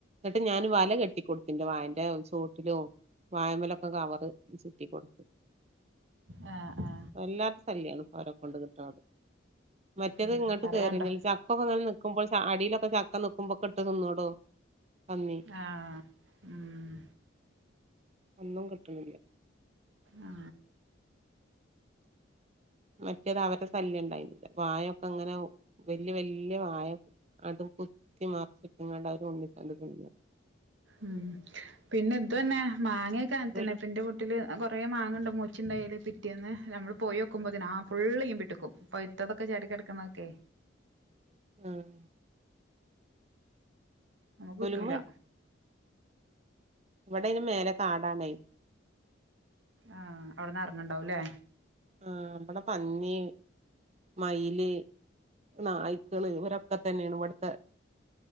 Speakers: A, on the right; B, on the right.
A: ഇപ്പൊ ഞാൻ വല കെട്ടി കൊടുത്ത് ന്റെ വായ <unintelligible> ചോട്ടിലും വായമ്മലൊക്കെ കവറ് ട്ടി കൊടുത്ത്
B: ആ ആ
A: വല്ലാത്ത ശല്യം ആണ് ഇപ്പൊ അവരെക്കൊണ്ട് കിട്ട്ണത് മറ്റേത്
B: ഉം
A: ഇങ്ങോട്ട്
B: പറയാണ്ടോ
A: കേറിനില്ല ചക്കക്കെ ഇങ്ങനെ നിക്കുമ്പോൾ ചാട് തൊടിയിലൊക്കെ ചക്ക നിക്കുമ്പോ ട്ട് തിന്നോടോ പന്നി
B: ആ ആ ഉം
A: ഇപ്പം കിട്ട്ണില്ല
B: ആ
A: മറ്റേത് അവരുടെ ശല്യം ണ്ടായിരുന്നില്ല വായൊക്കെ ങ്ങനെ വല്യ വല്യ വായ അതും കുത്തി മറിച്ചിട്ട്ങ്ങാണ്ട് അവര് ഉണ്ണിത്തണ്ട് തിന്നാ
B: ഉം പിന്നെ ഇതെന്നെ മാങ്ങയൊക്കെ അങ്ങനെത്തെന്നെ
A: ബലും
B: ന്റെ വീട്ടില് കൊറേ മാങ്ങ ഉണ്ട് മൂ ച്ച്ണ്ടായ്ലേ പിറ്റേന്ന് നമ്മള് പോയോക്കുമ്പത്തിന് ആ ഫുള്ള് ഈമ്പി ട്ട്ക്കും, പഴ്ത്തതൊക്കെ ചാടിക്കെടക്കണതൊക്കേ കിടക്കുന്നതൊക്കെ
A: ഉം
B: നമുക്ക്
A: പുലുമ
B: കിട്ടൂല.
A: ഇവിടെയ്ന് മേലെ കാടാണെയ്
B: ആഹ് അവിട്ന്നറങ്ങ്ണ്ടാവൂല്ലേ
A: ആ ഇവിടെ പന്നി, മയില്, നായ്ക്കള് ഇവരൊക്കെ തന്നെയാണ് ഇവിട്ത്തെ